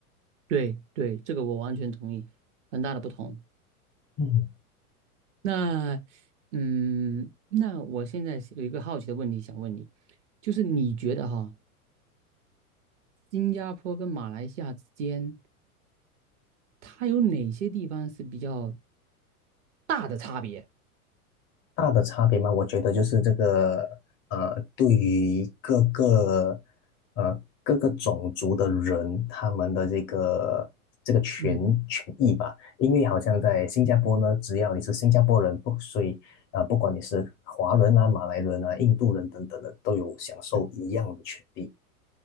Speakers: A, on the right; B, on the left.
A: 对对，这个我完全同意，很大的不同。
B: 嗯。
A: 那，嗯，那我现在是有一个好奇的问题想问你，就是你觉得哈，新加坡跟马来西亚之间，它有哪些地方是比较大的差别？
B: 大的差别吗？我觉得就是这个，呃，对于各个呃各个种族的人，他们的这个这个权权益吧，
A: 嗯
B: 因为好像在新加坡呢，只要你是新加坡人，不，所以啊，不管你是华人啊、马来人啊、印度人等等的，都有享受一样的权利。
A: 嗯，